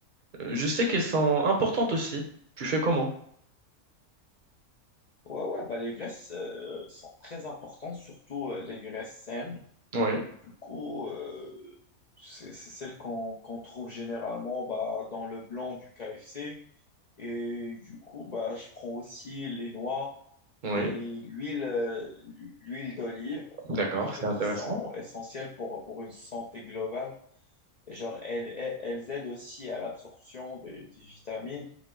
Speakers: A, on the right; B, on the left.
A: euh, je sais qu'elles sont importantes aussi. Tu fais comment?
B: Ouais, ouais, bah, les graisses euh, sont très importantes, surtout euh, les graisses saines.
A: Oui,
B: Du coup, euh, c'est c'est celle qu'on qu'on trouve généralement bah, dans le blanc du KFC. Et du coup, bah, je prends aussi les noix
A: oui.
B: et l'huile euh, l'huile d'olive.
A: D'accord,
B: Bah, En fait,
A: c'est intéressant.
B: ils sont essentiels pour, pour une santé globale. Et genre, elles, elles elles aident aussi à l'absorption des, des vitamines.